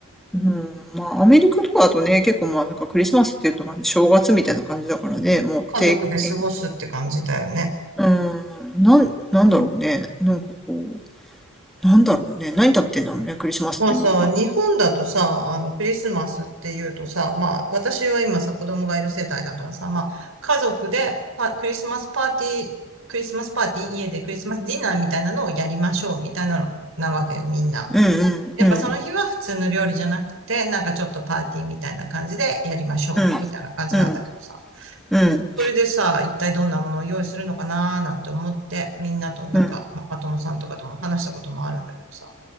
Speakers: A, in the centre; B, on the right.
A: うん、まあアメリカとかだとね、結構まあなんかクリスマスっていうとまあ正月みたいな感じだからね、もう定点、
B: 家族で過ごすって感じだよね。
A: うん、なん、なんだろうね。なんかこう、なんだろうね。何食べてんだろうね、クリスマスってみんな。
B: まあさ、日本だとさ、あの、クリスマスっていうとさ、まあ、私は今さ、子供がいる世帯だからさ、まあ、家族でパクリスマスパーティー、クリスマスパーティー、家でクリスマスディナーみたいなのをやりましょう、みたいなの、なわけよ、みんな。
A: うんうんうん
B: やっぱその日は普通の料理じゃなくて、なんかちょっとパーティーみたいな感じでやりましょう、
A: うんうん
B: みたいな感じなんだけどさ。
A: うん
B: それでさ、一体どんなものを用意するのかなーなんて思って、みんなとなんか、
A: うん。
B: ママ友さんとかとも話したこともあるんだけどさ。